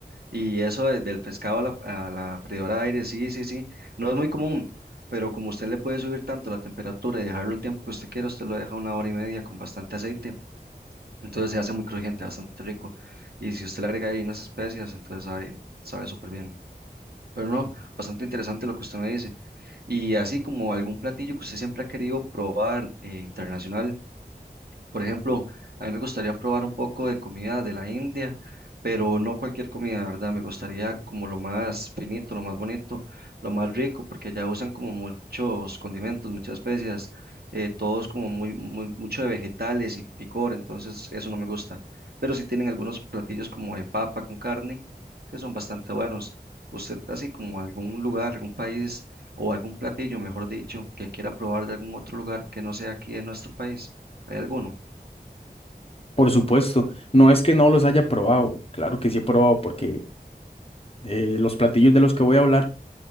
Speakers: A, on the right; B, on the left.
A: Y eso de- del pescado a la, a la freidora de aire, sí, sí, sí, no es muy común, pero como usted le puede subir tanto la temperatura y dejarlo el tiempo que usted quiera, usted lo deja una hora y media con bastante aceite. Entonces se hace muy crujiente, bastante rico. Y si usted le agrega ahí unas especias, entonces sabe, sabe súper bien. Pero no, bastante interesante lo que usted me dice. Y así como algún platillo que usted siempre ha querido probar eh, internacional. Por ejemplo, a mí me gustaría probar un poco de comida de la India, pero no cualquier comida, ¿verdad? Me gustaría como lo más finito, lo más bonito, lo más rico, porque allá usan como muchos condimentos, muchas especias, eh, todos como muy, muy- mucho de vegetales y picor, entonces eso no me gusta. Pero sí tienen algunos platillos como de papa con carne, que son bastante buenos. ¿Usted así como algún lugar, algún país o algún platillo, mejor dicho, que quiera probar de algún otro lugar que no sea aquí en nuestro país? ¿Hay alguno?
B: Por supuesto, no es que no los haya probado, claro que sí he probado porque eh, los platillos de los que voy a hablar